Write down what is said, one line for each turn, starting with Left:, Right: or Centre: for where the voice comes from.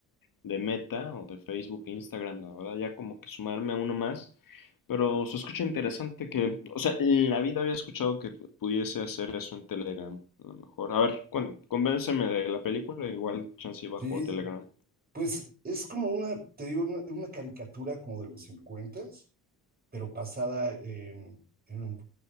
Left: de Meta o de Facebook e Instagram, la verdad, ya como que sumarme a uno más. Pero se escucha interesante que, o sea, en la vida había escuchado que pu- pudiese hacer eso en Telegram, a lo mejor. A ver, cuen- convénceme de la película, igual chance y bajo
Right: Sí,
Left: a Telegram.
Right: pues es como una, te digo, una, una caricatura como de los 50 pero basada en, en